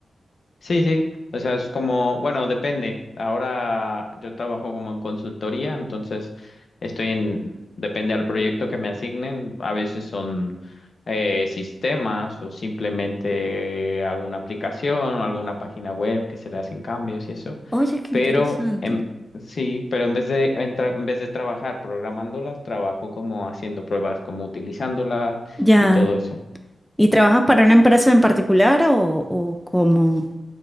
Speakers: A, on the left; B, in the centre.
A: Sí, sí, o sea, es como, bueno, depende. Ahora yo trabajo como en consultoría, entonces estoy en, depende al proyecto que me asignen. A veces son eh, sistemas o simplemente alguna aplicación, alguna página web que se le hacen cambios y eso.
B: Oye, qué
A: Pero
B: interesante.
A: en, sí, pero en vez de, en, tra- en vez de trabajar programándolas, trabajo como haciendo pruebas, como utilizándolas
B: Ya.
A: y todo eso.
B: ¿Y trabajas para una empresa en particular o, o cómo?